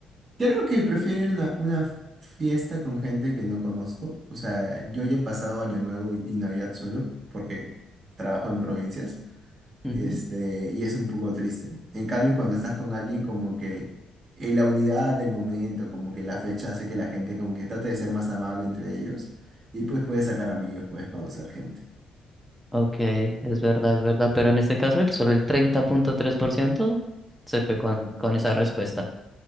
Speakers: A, on the right; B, in the centre.
A: creo que prefiero ir a una, una fiesta con gente que no conozco. O sea, yo ya he pasado Año Nuevo y, y Navidad solo porque trabajo en provincias.
B: Ujú.
A: Este, y es un poco triste. En cambio, cuando estás con alguien, como que eh, la unidad del momento, como que la fecha hace que la gente como que trate de ser más amable entre ellos. Y pues puedes sacar amigos, puedes conocer gente.
B: Ok, es verdad, es verdad, pero en este caso el, solo el treinta punto tres por ciento se fue con, con esa respuesta.